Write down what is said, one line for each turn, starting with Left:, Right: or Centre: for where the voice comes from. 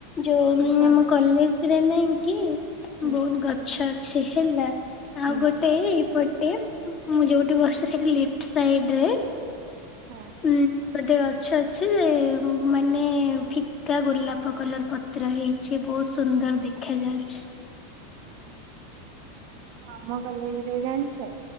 Left: ଯୋଉ
Right: କଣ
Left: ଆମ କଲେଜ ରେ ନାଇଁ କି
Right: ହୁଁ
Left: ବୋହୁତ ଗଛ ଅଛି ହେଲା ଆଉ
Right: ହୁଁ
Left: ଗୋ ଏଇପଟେ ମୁଁ ଯୋଉଠି ବସିଚି ସେଇଠି ଲିପ୍ଟ ସାଇଡରେ
Right: ହଁ
Left: ଉଁ ଗୋଟେ ଗଛ ଅଛି ଯେ ମାନେ ଫିକା ଗୋଲାପ କଲର ପ ରହିଛି ବୋହୁତ ସୁନ୍ଦର ଦେଖା ଯାଉଛି।
Right: ହଁ ଆମ କଲେଜରେ ଜାଣିଛ